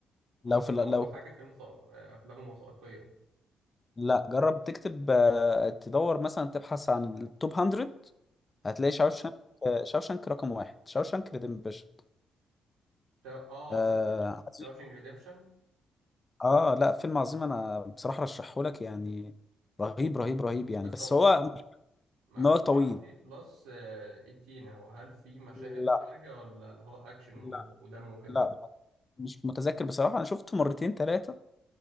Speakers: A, on the left (about 25°); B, on the right (about 80°).
A: لو
B: هو كان
A: في ال-
B: أول
A: لو
B: حاجة فيلم وثائق- آه، أفلام الوثائقية
A: لا جرب تكتب آه، تدور مثلا تبحث عن التوب 100 هتلاقي شاوشانك آه، شاوشانك رقم واحد شاوشانك ريدمبشن
B: شا... اه
A: آه
B: صدق
A: عظيم
B: شاوشنج ريديمشن
A: اه لا فيلم عظيم انا بصراحة رشحهولك يعني رهيب رهيب رهيب يعني
B: بس
A: بس
B: هو مك-
A: هو
B: مكتوب
A: نهار طويل
B: عندي بلس 18 اهو هل في مشاهد
A: لا
B: خارجة ولا اللي هو اكشن
A: لا
B: و- ودم وكده
A: لا مش متذكر بصراحة أنا شفته مرتين ثلاثة